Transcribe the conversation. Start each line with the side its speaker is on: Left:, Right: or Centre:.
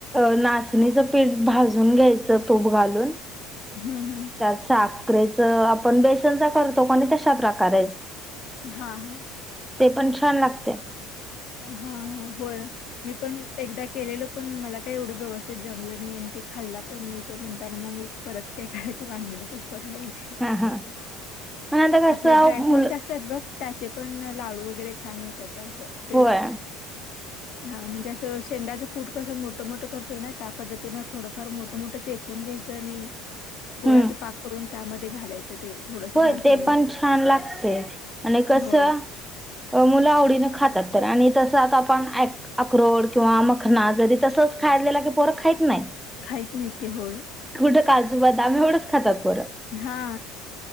Centre: नाचणीचं पीठ भाजून घ्यायचं, तूप घालून त्यात
Left: हम्म हम्म
Centre: साखरेच आपण बेसनचा करतो. कोणी तश्या प्रकारेच
Left: हा हा
Centre: ते पण छान लागते.
Left: हा हा होय. मी पण एकदा केलेलो पण, मला काही एवढं व्यवस्थित जमलं नाही. ते खाल्ला पण नाही तो, म्हणताना मग मी परत काय खायच्या भानगडीत पडलो. इथे
Centre: हा हा पण आता कसं
Left: आपले ड्रायफ्रूट्स
Centre: मुलं
Left: असतात, बघ त्याचे पण लाडू वगैरे छान होतात तं ते
Centre: होय
Left: हा म्हणजे असं शेंगाचं कूट कसं मोठं मोठं करतोय ना त्या पद्धतीनं थोडंफार मोठं मोठं वाचून घ्यायचं आणि गुळाच
Centre: हम्म
Left: पाक करून त्यामध्ये घालायचं ते थोडस
Centre: होय
Left: भाजून
Centre: ते
Left: घेऊन
Centre: पण छान लागते आणि कस
Left: होय.
Centre: मुलं आवडीने खातात आणि तस आता आपण अक्रोड किंवा मखना जरी तसच खायलेला क फर खायत नाही
Left: खाहीत नाही ते होय
Centre: कुठ काल दबवढंच खातात बरं
Left: हा